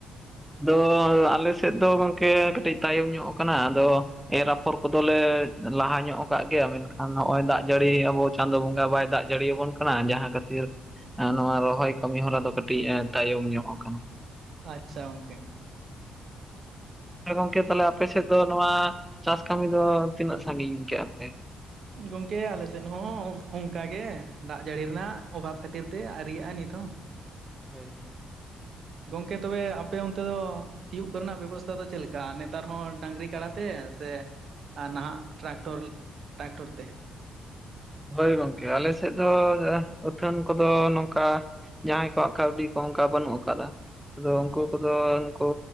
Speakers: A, in the centre; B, on the right.
A: ᱫᱚ ᱟᱞᱮ ᱥᱮᱫ ᱫᱚ ᱜᱚᱝᱠᱮ ᱠᱟᱹᱴᱤᱡ ᱛᱟᱭᱚᱢ ᱧᱚᱜ ᱠᱟᱱᱟ ᱟᱫᱚᱼᱼ ᱮᱨ ᱟᱯᱷᱚᱨ ᱠᱚᱫᱚ ᱞᱮ ᱞᱟᱦᱟ ᱧᱚᱜ ᱠᱟᱜ ᱜᱮᱭᱟ ᱢᱮᱱᱠᱷᱟᱱ ᱱᱚᱜ-ᱚᱭ ᱫᱟᱜ ᱡᱟᱹᱲᱤ ᱟᱵᱚᱼᱼ ᱪᱟᱸᱫᱳ ᱵᱚᱸᱜᱟ ᱵᱟᱭ ᱫᱟᱜ ᱡᱟᱹᱲᱤ ᱭᱟᱵᱚᱱ ᱠᱟᱱᱟ ᱡᱟᱦᱟᱸ ᱠᱷᱟᱹᱛᱤᱨᱼᱼ ᱚᱸ ᱱᱚᱣᱟ ᱨᱚᱦᱚᱭ ᱠᱟᱹᱢᱤ ᱦᱚᱨᱟ ᱫᱚ ᱠᱟᱹᱴᱤᱡ ᱮ ᱛᱟᱭᱚᱢ ᱧᱚᱜ ᱟᱠᱟᱱᱟ᱾
B: ᱟᱪᱪᱷᱟ ᱜᱚᱝᱠᱮ᱾
A: ᱟᱨ ᱜᱚᱝᱠᱮ ᱛᱟᱦᱞᱮ‌ ᱟᱯᱮ ᱥᱮᱫ ᱫᱚ ᱱᱚᱣᱟ ᱪᱟᱥ ᱠᱟᱢᱤ ᱫᱚ ᱛᱤᱱᱟᱹᱜ ᱥᱟᱜᱤᱧ ᱠᱮᱜ-ᱟ ᱯᱮ?
B: ᱜᱚᱝᱠᱮ ᱟᱞᱮ ᱥᱮᱫ ᱦᱚᱸ ᱚᱱᱠᱟ ᱜᱮ ᱫᱟᱜ ᱡᱟᱹᱲᱤ ᱨᱮᱱᱟᱜ ᱚᱵᱷᱟᱵᱽ ᱠᱷᱟᱹᱛᱤᱨ ᱛᱮ ᱟᱨᱤᱭᱟᱜ-ᱟ ᱱᱤᱛ ᱦᱚᱸ᱾
A: ᱦᱳᱭ ᱦᱳᱭ᱾
B: ᱜᱚᱝᱠᱮ ᱛᱚᱵᱮ ᱟᱯᱮ ᱚᱱᱛᱮ ᱫᱚ ᱥᱤᱭᱩᱜ ᱠᱚᱨᱮ ᱱᱟᱜ ᱵᱮᱵᱚᱥᱛᱷᱟ ᱫᱚ ᱪᱮᱫ ᱞᱮᱠᱟ ᱱᱮᱛᱟᱨ ᱦᱚᱸ ᱰᱟᱝᱨᱤ ᱠᱟᱲᱟ ᱛᱮ ᱛᱮ ᱟᱨ ᱱᱟᱦᱟᱜ ᱴᱨᱟᱠᱚᱨ ᱴᱟᱠᱴᱚᱨ ᱛᱮ
A: ᱦᱳᱭ ᱜᱚᱝᱠᱮ ᱟᱞᱮ ᱥᱮᱫ ᱫᱚ ᱟᱹᱛᱷᱟᱹᱱ ᱠᱚ ᱫᱚ ᱱᱚᱝᱠᱟ ᱡᱟᱦᱟᱸᱭ ᱠᱚᱣᱟᱜ ᱠᱟᱹᱣᱰᱤ ᱠᱚ ᱚᱱᱠᱟ ᱵᱟᱹᱱᱩᱜ ᱠᱟᱫᱟ ᱟᱫᱚ ᱩᱱᱠᱩ ᱠᱚᱫᱚ ᱩᱱᱠᱩᱼᱼ